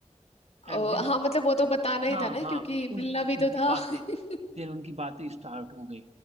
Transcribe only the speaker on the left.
ओ,
हाँ मतलब वो तो बताना ही
था ना
क्योंकि मिलना
भी
तो था
<laughs>